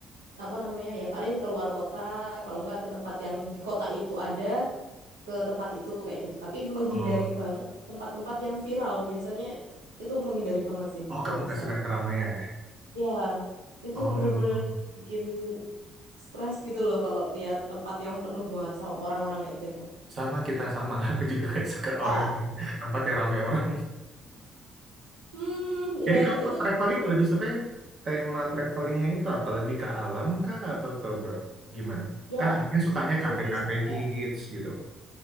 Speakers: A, on the right; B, on the right.
A: apa namanya ya paling keluar kota, kalau nggak ke tempat yang di kota itu ada. ke tempat itu kayak gitu. Tapi menghindari
B: Oh,
A: banget tempat-tempat yang viral. Biasanya itu menghindari banget sih
B: oh
A: kalau
B: kamu
A: bisa.
B: gak suka keramaian ya?
A: Ya, itu
B: Oh,
A: bener-bener bikin stres gitu loh kalau lihat tempat yang penuh banget sama orang-orang kayak gitu.
B: sama kita sama. <laughs> Aku juga gak suka
A: Ah,
B: orang yang tempat yang ramai orang.
A: hmm,
B: <laughs> Jadi
A: ya
B: kamu
A: itu
B: tuh traveling lebih suka yang tema travelingnya itu apa? Lebih ke alam kah atau ke ber- gimana?
A: ya
B: Kan aku sukanya kafe-kafe
A: lebih suka
B: hits gitu.